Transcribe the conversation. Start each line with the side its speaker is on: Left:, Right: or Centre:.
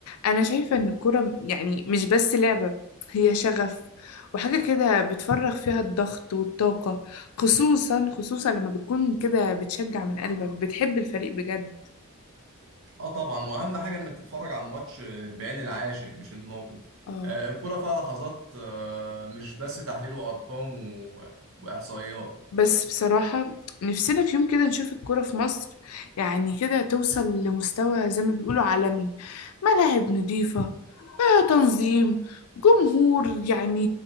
Left: أنا شايفة إن الكورة يعني مش بس لعبة هي شغف وحاجة كده بتفرغ فيها الضغط والطاقة خصوصا خصوصا لما بتكون كده بتشجع من قلبك بتحب الفريق بجد
Right: اه طبعا واهم حاجه انك تتفرج على الماتش بعين العاشق مش الناقد
Left: اه
Right: آه، الكوره فيها لحظات آه، مش بس تحليل وارقام و- واحصائيات
Left: بس بصراحة نفسنا في يوم كده نشوف الكورة في مصر يعني كده توصل لمستوى زي ما بيقولوا عالمي ملاعب نظيفة آه، تنظيم جمهور يعني